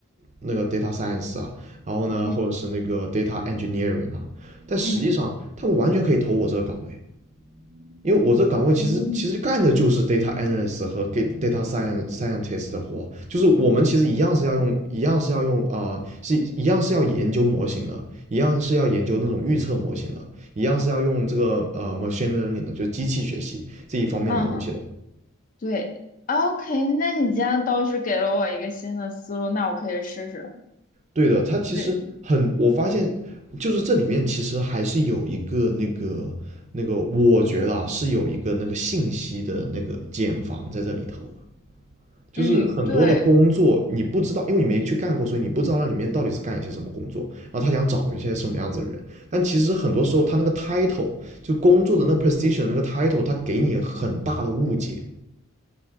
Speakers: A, on the right (about 35°); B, on the left (about 40°).
A: 那个 data science 啊，然后呢，
B: 嗯
A: 或者是那个 data engineering 啊，但实际上他们完全可以投我这个岗位，
B: 嗯
A: 因为我这个岗位其实其实干的就是
B: 嗯，
A: data analyst 和 data science scientist 的活，就是我们其实一样是要用，一样是要用啊、呃是一样是要研究模型的，一样是要研究那种预测模型的，一样是要用这个呃 machine learning 的，就是机器学习这一方面的东西的。
B: 嗯哼对，OK，那你这样倒是给了我一个新的思路，那我可以试试。
A: 对的，他其实很，
B: 对，
A: 我发现就是这里面其实还是有一个那个那个，我觉得啊是有一个那个信息的那个茧房在这里头的就是很多的工作你不知道，
B: 嗯对。
A: 因为你没去干过，所以你不知道那里面到底是干一些什么工作，然后他想找一些什么样子的人，但其实很多时候他那个 title 就工作的那个 position 那个 title，他给你很大的误解，